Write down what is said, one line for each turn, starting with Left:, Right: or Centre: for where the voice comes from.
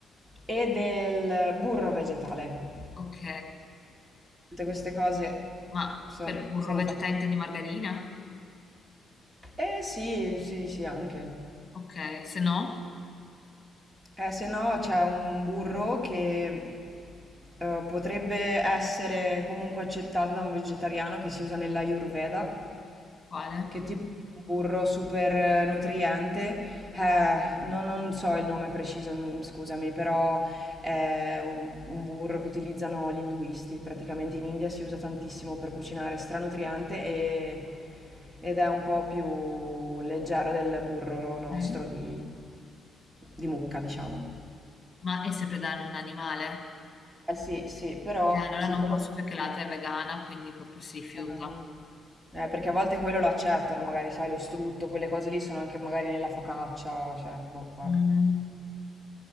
Right: e del burro vegetale.
Left: ok,
Right: Tutte queste cose
Left: ma
Right: sono,
Left: per burro
Right: sono
Left: vegetale
Right: fatte.
Left: intendi margarina?
Right: Eh sì, sì, sì, anche.
Left: Ok, se no,
Right: Eh, se no c'è un burro che eh, potrebbe essere comunque accettato da un vegetariano che si usa nell'Ayurveda,
Left: quale?
Right: che è tipo un burro super eh, nutriente. Eh, non, non so il nome preciso, mm, scusami, però è un, un burro che utilizzano gli induisti. Praticamente in India si usa tantissimo per cucinare, stranutriente e- ed è un po' più leggero del burro nostro
Left: Ok.
Right: di di mucca, diciamo.
Left: Ma è sempre da un animale?
Right: Eh sì, sì, però
Left: Eh, allora
Right: siccome...
Left: non posso perché l'altra è vegana, quindi proprio si rifiuta.
Right: Eh, eh, perché a volte quello lo accettano, magari, sai, lo strutto, quelle cose lì sono anche magari nella focaccia, cioè, boh, vabbè.
Left: Mm.